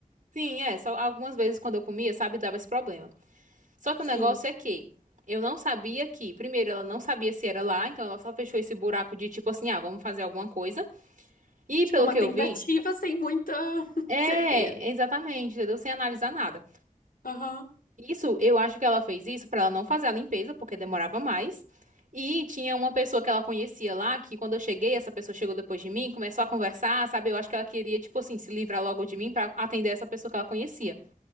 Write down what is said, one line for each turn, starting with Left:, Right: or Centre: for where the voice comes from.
Right: sim, é, só algumas vezes quando eu comia, sabe, dava esse problema. Só que
Left: sim.
Right: o negócio é que eu não sabia que, primeiro, ela não sabia se era lá, então ela só fechou esse buraco de tipo assim, ah, vamos fazer alguma coisa. E
Left: Tipo,
Right: pelo
Left: uma
Right: que
Left: tentativa
Right: eu vi,
Left: sem muita <laughs>
Right: é,
Left: certeza.
Right: exatamente, entendeu? Sem analisar nada.
Left: Aham.
Right: Isso, eu acho que ela fez isso pra ela não fazer a limpeza, porque demorava mais. E tinha uma pessoa que ela conhecia lá, que quando eu cheguei, essa pessoa chegou depois de mim, começou a conversar, sabe? Eu acho que ela queria, tipo assim, se livrar logo de mim pra atender essa pessoa que ela conhecia.